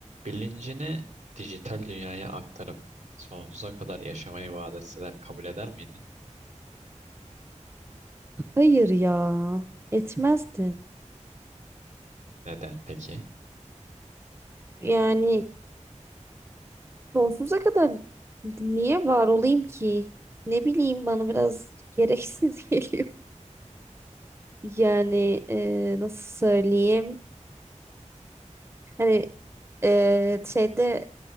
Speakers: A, on the right; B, on the right.
A: Bilincini dijital dünyaya aktarıp sonsuza kadar yaşamayı vaat etseler kabul eder miydin?
B: Hayır ya, etmezdim.
A: Neden peki?
B: Yani sonsuza kadar niye var olayım ki? Ne bileyim bana biraz gereksiz <laughs> geliyor. Yani e, nasıl söyleyeyim? Hani e, şeyde